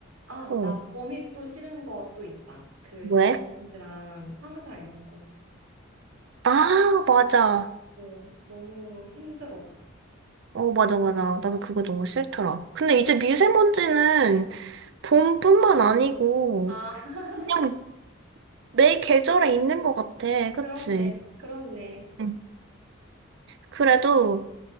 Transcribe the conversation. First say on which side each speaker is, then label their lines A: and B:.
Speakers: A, on the right (about 80°); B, on the right (about 60°).
A: 아,
B: 어,
A: 나 봄이 또 싫은 거 또 있다. 그
B: 왜?
A: 미세먼지랑 황사 이런 거.
B: 아, 맞아.
A: 오 너무 힘들어.
B: 어, 맞아, 맞아. 나도 그거 너무 싫더라. 근데
A: 그,
B: 이제 미세먼지는 봄뿐만 아니고
A: 아, <laughs>
B: 그냥 매 계절에 있는 것 같아. 그치?
A: 그렇네. 그렇네.
B: 응. 그래도,